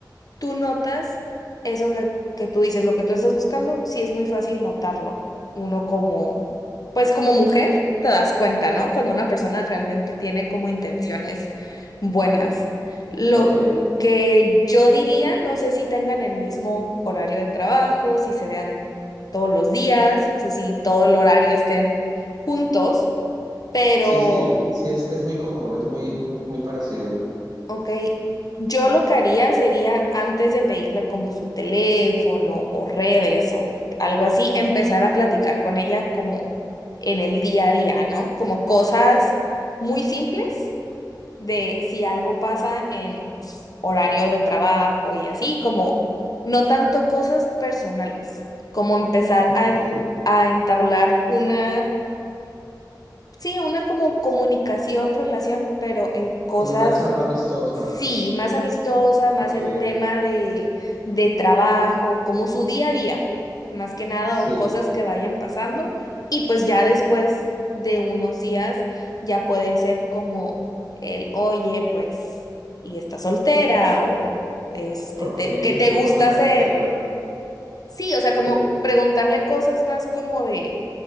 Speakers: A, on the left; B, on the right.
A: tú notas eso que, que tú dices, lo que tú estás buscando, sí es muy fácil notarlo. Uno como, pues como mujer, te das cuenta, ¿no? Cuando una persona realmente tiene como intenciones buenas. Lo
B: ok,
A: que yo diría, no sé si tengan el mismo horario de trabajo, si se vean todos los días, no sé si todo el horario estén juntos, pero...
B: sí, sí, sí, es, es muy común, es muy, muy, muy parecido,
A: Ok, yo lo que haría sería antes de pedirle como su teléfono o redes o algo así, empezar a platicar con ella como en el día a día, ¿no? Como cosas muy simples de si algo pasa en horario de trabajo y así, como no tanto cosas personales, como empezar
B: ok,
A: a, a entablar una, sí, una como comunicación, relación, pero en cosas
B: como una charla amistosa,
A: Sí, más amistosa, más
B: ok,
A: en tema de, de trabajo, como su día a día, más que nada,
B: sí,
A: o cosas que vayan pasando. Y pues ya después de unos días, ya puede ser como el, oye, pues, y estás soltera, o este,
B: ok,
A: te- ¿qué te gusta
B: como tocar
A: hacer?
B: el tema,
A: Sí, o sea,
B: sí,
A: como preguntarle cosas más como de,